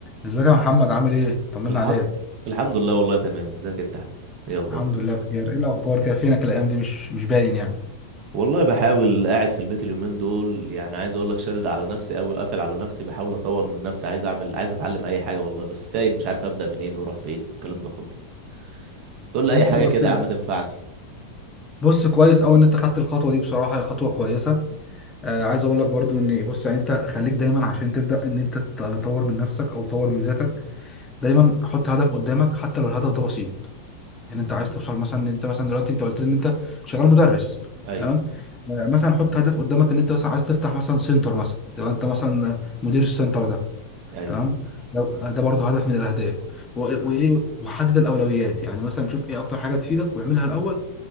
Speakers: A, on the left; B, on the right.
A: ازيك يا محمد عامل ايه طمنا
B: الحمد
A: عليك
B: الحمد لله والله تمام ازيك انت يا احمد ايه اخبارك
A: الحمد لله الحمد بخير ايه الاخبار كده فينك الايام دي مش مش باين يعني
B: والله بحاول قاعد في البيت اليومين دول يعني عايز اقول لك شادد على نفسي قوي وقافل على نفسي بحاول اطور من نفسي عايز اعمل عايز اتعلم اي حاجه والله بس تايه مش عارف ابدا منين واروح فين الكلام ده كله تقول لي
A: بص
B: اي حاجه
A: بس
B: كده يا عم تنفعني
A: بص كويس قوي ان انت خدت الخطوه دي بصراحه هي خطوه كويسه آه عايز اقول لك برضو ان بص يعني انت خليك دايما عشان تبدا ان انت تطور من نفسك او تطور من ذاتك دايما حط هدف قدامك حتى لو الهدف ده بسيط يعني انت
B: امم
A: عايز توصل مثلا ان انت مثلا دلوقتي انت قلت لي ان انت شغال مدرس
B: ايوه
A: تمام آه مثلا حط هدف قدامك ان انت مثلا عايز تفتح مثلا سنتر مثلا تبقى انت مثلا مدير السنتر ده
B: ايوه
A: تمام ده ده برضه هدف من الاهداف و- وايه وحدد الاولويات يعني مثلا شوف ايه اكتر حاجه تفيدك واعملها الاول